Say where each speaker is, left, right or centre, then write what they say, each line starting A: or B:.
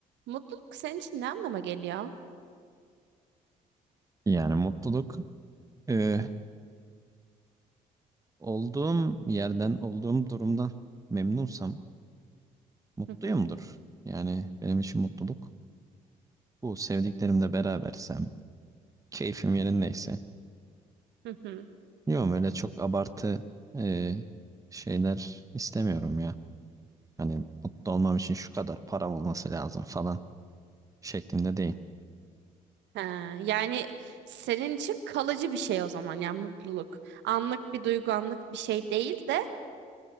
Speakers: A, on the right; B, on the right.
A: Mutluluk senin için ne anlama geliyor?
B: Yani mutluluk e, olduğum yerden, olduğum durumdan memnunsam mutluyumdur.
A: Hı hı.
B: Yani benim için mutluluk bu. Sevdiklerimle berabersem, keyfim yerindeyse.
A: Hı hı.
B: Yok öyle çok abartı e, şeyler istemiyorum ya. Hani mutlu olmam için şu kadar param olması lazım falan şeklinde değil.
A: Ha, yani senin için kalıcı bir şey o zaman yani mutluluk. Anlık bir duygu, anlık bir şey değil de